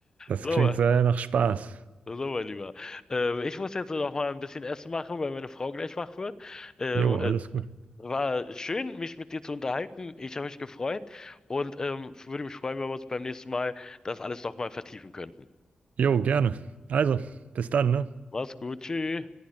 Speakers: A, on the right; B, on the left.
A: Das
B: So,
A: klingt
B: mein-
A: sehr nach Spaß.
B: so mein Lieber. Ähm, ich muss jetzt noch mal ein bisschen Essen machen, weil meine Frau gleich wach wird. Ähm,
A: Jo,
B: äh,
A: alles gut.
B: war schön, mich mit dir zu unterhalten. Ich habe mich gefreut und ähm, würde mich freuen, wenn wir uns beim nächsten Mal das alles nochmal vertiefen könnten.
A: Jo, gerne. Also, bis dann, ne?
B: Mach's gut, tschüss.